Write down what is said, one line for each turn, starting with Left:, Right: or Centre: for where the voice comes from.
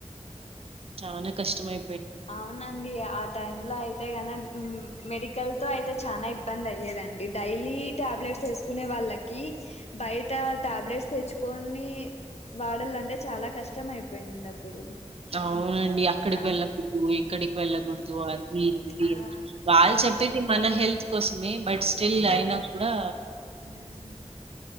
Right: చానా కష్టమై
Left: అవునండి ఆ టైమ్ లో అయితే గన మెడికల్ తో అయితే చాలా ఇబ్బంది అయ్యేదండి డైలీ టాబ్లెట్స్ వేసుకునే వాళ్ళకి బయట టాబ్లెట్స్ తెచ్చుకోని వాడాలంటే చాలా కష్టం అయిపోయినంది అప్పుడు
Right: అవునండి అక్కడికి
Left: ఆ
Right: వెళ్ళకు ఎక్కడికి వెళ్ళకూడదు అది ఇది
Left: ఆ
Right: వాళ్ళు
Left: ఆ
Right: చెప్పేది మన హెల్త్ కోసమే బట్ స్టిల్
Left: బట్
Right: అయినా కూడా
Left: హ్మ్